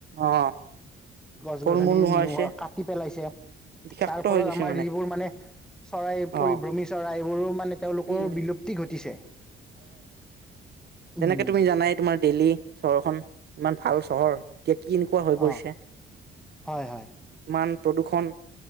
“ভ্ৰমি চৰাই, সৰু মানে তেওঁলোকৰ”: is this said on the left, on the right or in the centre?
Centre